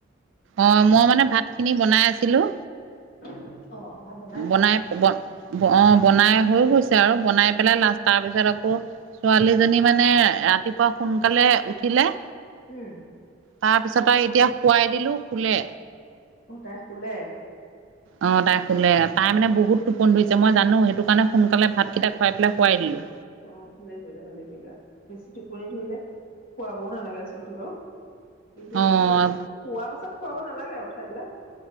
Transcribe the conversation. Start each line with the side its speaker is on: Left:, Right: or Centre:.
Right: অহ, মই মানে ভাত খিনি বনাই আছিলোঁ।
Left: <unintelligible> বনাইছা
Right: বনাই বন- ব অহ, বনাই হৈ গৈছে আৰু। বনাই পেলাই লাষ্ট তাৰ পিছত আকৌ, ছোৱালীজনী মানে- ৰাতিপুৱা সোনকালে উঠিলে-
Left: উম।
Right: তাৰ পিছত তাইক এতিয়া শুৱাই দিলোঁ, শুলে।
Left: অ, তাই শুলে?
Right: অহ, তাই শুলে। তাই মানে বহুত টোপনি ধৰিছে, মই জানোঁ সেই- সেইকাৰণে সোনকালে ভাতকিটা খুৱাই পেলাই শুৱাই দিলোঁ।
Left: অহ, ভালে কৰিলা, ভালে কৰিলা। বেছি টোপনি ধৰিলে খুৱাবও নালাগে আচলতে বাৰু। কিন্তু
Right: অ',
Left: নহয়, শুৱা পাছত খুৱাব নালাগে আৰু, উঠাই পেলাই।